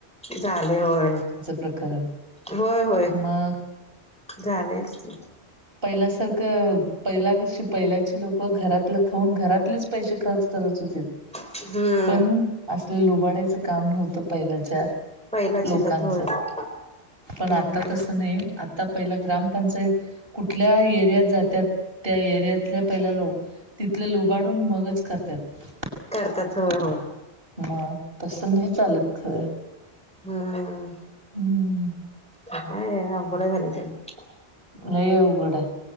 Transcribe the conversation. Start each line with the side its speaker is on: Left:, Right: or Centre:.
Centre: झाले होय.
Right: प्रकरण
Centre: होय, होय.
Right: मग
Centre: झालयच कि.
Right: पहिल्या सारखं पहिला कशी पहिल्याची लोक घरातल खाऊन घरातलीच- - पैसे खर्च करत होतीत.
Centre: हम्म.
Right: पण असलं लुबाडायचं काम नव्हतं पहिल्याच्या --
Centre: पहिलाच
Right: लोकांच
Centre: ह्याच्यात होय हम्म
Right: पण आता तसं नाही. आता पहिला ग्रामपंचायत -- कुठल्या एरियात जात्यात त्या एरियातल्या पहिल्या लोक तिथले लुबाडून मग -- च करत्यात
Centre: करतात होय होय
Right: मग तस नाही चालत खरं.
Centre: हा आ.
Right: हम्म.
Centre: <unintelligible> अवघडाय झालयं सगळं --
Right: लई अवघडं हाय.